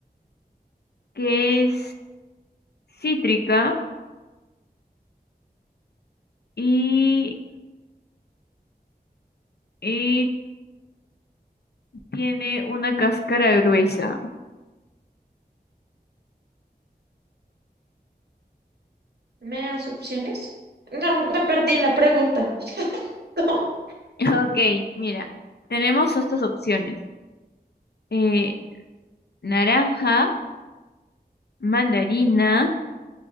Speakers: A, on the left; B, on the right.
A: que es cítrica y, y tiene una cáscara gruesa. <laughs>
B: ¿Me das opciones? No, me perdí en la pregunta. <laughs>
A: Ok, mira, tenemos estas opciones. Eh, naranja, mandarina.